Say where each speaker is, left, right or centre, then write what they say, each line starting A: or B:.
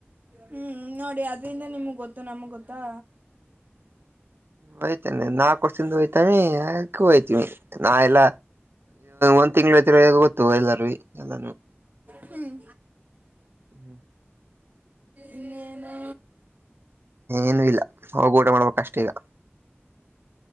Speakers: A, on the right; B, on the right.
A: ಹ್ಮ್ ನೋಡಿ ಅದ್ರಿಂದ ನಿಮಗ್ ಗೊತ್ತು ನಮ್ಗ್ ಗೊತ್ತಾ
B: ಹಯ್ತನೆ ನಾ ಕೊಡ್ಸ ಹಯ್ತಾಮಕ ಹಯ್ತವಿ ನಾ ಎಲ್ಲ ಒಂದ್ ತಿಂಗ್ಗಳು ಹಐತಿರಗ ಗೊತ್ತು ಎಲ್ಲಾರೂ ಎಲ್ಲಾನು
A: ಹ್ಮ್
B: ಹ್ಮ್ ಹ್ಮ
A: ಇನ್ನೇನು
B: ಏನು ಇಲ್ಲ ಅವೋಗ ಊಟ ಮಾಡ್ಬೇಕಷ್ಟ ಈಗ